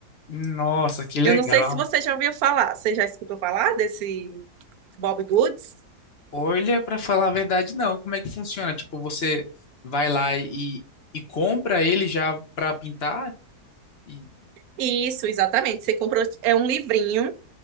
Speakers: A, on the left (about 55°); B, on the right (about 70°).
A: Nossa, que legal.
B: Eu não sei se você já ouviu falar. Você já escutou falar desse Bobbie Goods?
A: Olha, para falar a verdade, não. Como é que funciona? Tipo, você vai lá e, e compra ele já para pintar? E,
B: Isso, exatamente. Você comprou, é um livrinho,